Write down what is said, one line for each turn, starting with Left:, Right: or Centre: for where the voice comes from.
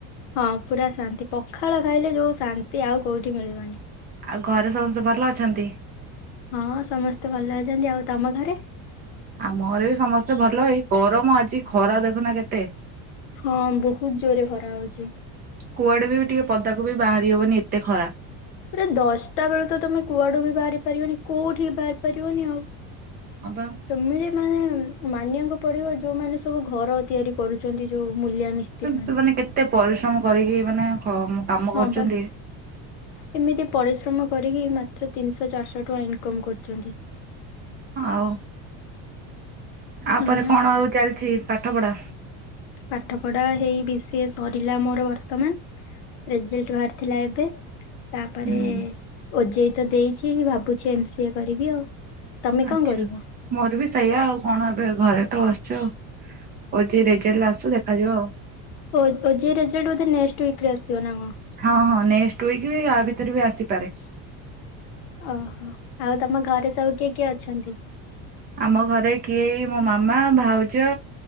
Left: ହଁ ପୁରା ଶାନ୍ତି ପଖାଳ ଖାଇଲେ ଯୋଉ ଶାନ୍ତି ଆଉ କୋଉଠି ମିଳିବନି।
Right: ଆଉ ଘରେ ସମସ୍ତେ ଭଲ ଅଛନ୍ତି?
Left: ହଁ ସମସ୍ତେ ଭଲ ଅଛନ୍ତି ଆଉ ତମ ଘରେ?
Right: ଆମ ଘରେ ବି ସମସ୍ତେ ଭଲ ଏଇ ଗରମ ଆଜି ଖରା ଦେଖୁନା କେତେ?
Left: ହଁ ବହୁତ ଜୋରରେ ଖରାହଉଛି।
Right: କୁଆଡ଼େ ବି ଟିକେ ପଦାକୁ ବି ବାହାରି ହବନି ଏତେ ଖରା।
Left: ପୁରା ଦଶଟା ବେଳେ ତ ତମେ କୁଆଡୁ ବି ବାହାରି ପାରିବନି କୋଉଠିକି ବି ବାହାରି ପାରିବନି ଆଉ।
Right: ହଁ ପା।
Left: ତମେ ଯେ ମାନେ ମାନିବାକୁ ପଡି଼ବ ଯୋଉମାନେ ସବୁ ଘର ତିଆରି କରୁଛନ୍ତି ଯୋଉ ମୂଲିଆ ମିସ୍ତ୍ରୀ ମାନେ।
Right: ସେମାନେ କେତେ ପରିଶ୍ରମ କରିକି ମାନେ କାମ
Left: ହଁ
Right: କରୁଚନ୍ତି।
Left: ବା ଏମିତି ପରିଶ୍ରମ କରିକି ମାତ୍ର ତିନିଶହ ଚାରିଶହ ଟଙ୍କା ଇନକମ କରୁଚନ୍ତି।
Right: ଆଉ ଆପରେ
Left: ଆଜ୍ଞା
Right: କଣ ଆଉ ଚାଲିଚି ପାଠ ପଢା?
Left: ପାଠ ପଢା ହେଇ ବିଶିଏ ସରିଲା ମୋର ବର୍ତ୍ତମାନ। ରେଜେଲ୍ଟ ବାହାରି ଥିଲା ଏବେ। ତାପରେ
Right: ହୁଁ
Left: ଓଜେଇ ତ ଦେଇଛି ଭାବୁଛି ଏମ ସିଏ କରିବି ଆଉ। ତମେ
Right: ଆଚ୍ଛା
Left: କଣ କରିବ?
Right: ମୋର ବି ସେଇଆ ଆଉ କଣ ଏବେ ଘରେ ତ ବସିଛୁ ଆଉ। ଓଜେଇ ରେଜଲଟ ଆସୁ ଦେଖାଯିବ ଆଉ।
Left: ଓଜେଇ ରେଜଲ୍ଟ ବଧେ ନେକ୍ସଟ ୱିକ ରେ ଆସିବ ନା କଣ?
Right: ହଁ, ହଁ ନେକ୍ସଟ ୱିକ ବି ଆଭିତରେ ବି ଆସିପାରେ।
Left: ଓହୋ ଆଉ ତମ ଘରେ ସବୁ କିଏ କିଏ ଅଛନ୍ତି?
Right: ଆମ ଘରେ କିଏ ମୋ ମାମା ଭାଉଜ